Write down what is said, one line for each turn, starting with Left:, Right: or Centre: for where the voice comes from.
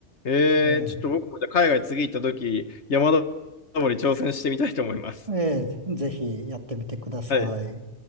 Left: えー、
Right: ええ、
Left: ちょっと僕もじゃあ海外次行った時、山登り挑戦してみたいと思います。
Right: ええ、ぜひやってみてください。
Left: はい